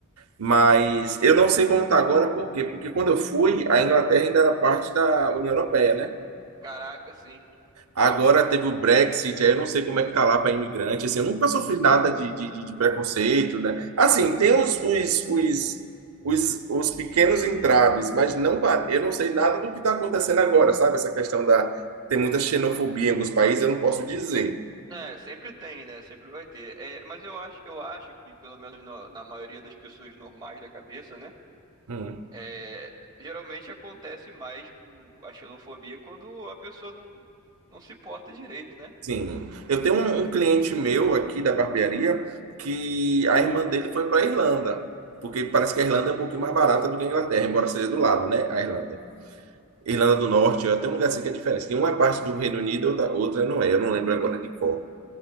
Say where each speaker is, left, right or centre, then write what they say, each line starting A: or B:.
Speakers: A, on the right; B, on the right.
A: Mas eu não sei como está agora, por quê? Porque quando eu fui, a Inglaterra ainda era parte da União Europeia, né?
B: Caraca, sim.
A: Agora teve o Brexit, aí eu não sei como é que tá lá para imigrante, assim, eu nunca sofri nada de, de, de- de preconceito, né? Assim, tem os, os, os, os, os pequenos entraves, mas não, pa- eu não sei nada do que está acontecendo agora, sabe? Essa questão da... Tem muita xenofobia em alguns países, eu não posso dizer.
B: É, sempre tem, né? Sempre vai ter. É, mas eu acho, eu acho que, pelo menos na na maioria das pessoas normais da cabeça, né?
A: Hum.
B: É, geralmente acontece mais o- a xenofobia quando a pessoa não, não se porta direito, né?
A: Sim, eu tenho um, um cliente meu aqui da barbearia que a irmã dele foi para a Irlanda, porque parece que a Irlanda é um pouquinho mais barata do que a Inglaterra, embora seja do lado, né? A Irlanda. Irlanda do Norte, ó, tem um lugar assim que é diferente, que uma é parte do Reino Unido, outra, outra não é, eu não lembro agora de qual.